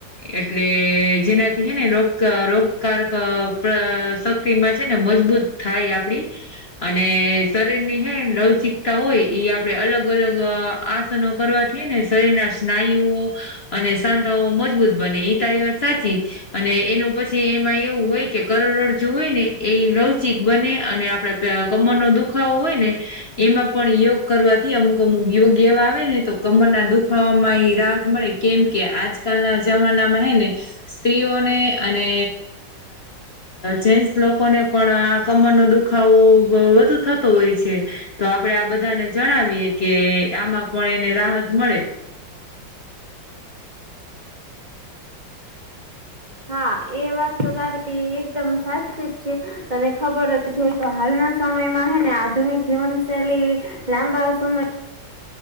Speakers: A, on the left; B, on the right.
A: એટલે જેનાથી હે ને રોગ રોગકારક પ્રસબ થી માં છે ને મજબૂત થાય આપડી અને શરીરની હે લવ ચીક તા હોય આપડે અલગ અલગ આસનો કરવાથી ને શરીર ના સ્નાયુઓ. અને સાંધાઓ મજબૂત બને એ તારી વાત સાચી. અને એનું પછી એમાં એવું હોય કે કરોડરજ્જુ હોય ને એ લવચિક બને અને આપડા કમર નો દુખાવો હોય ને. એમાં પણ યોગ કરવાથી અમુક અમુક યોગ એવા આવે ને તો કમરના દુખાવામાં એ રાહત મળે. કેમ કે આજકાલના જમાનામાં હે ને. સ્ત્રીઓને અને જેસ લોકોને પણ આ કમર ન દુખ દ ખાવો વધુ થતો હોય છે. તો આપડણે આ બધાને જણાવીએ કે આમાં પણ એને રાહત મળે
B: હા એ વાત તો તારી એકદમ સાચી જ છે તને ખબર જ હોય તો હાલના સમયમાં હે ને આધુનિક જીવનશૈલી લાંબા સમય